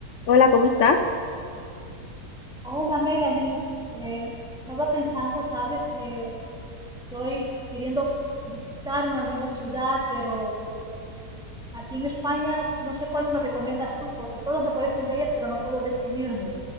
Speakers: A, on the left (about 70°); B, in the centre.
A: Hola, ¿cómo estás?
B: Hola Melanie, Eh, estaba pensando, sabes, que estoy queriendo visitar una nueva ciudad, pero aquí en España no sé cuál me recomiendas tú, porque todas me parecen bellas, pero no puedo decidirme.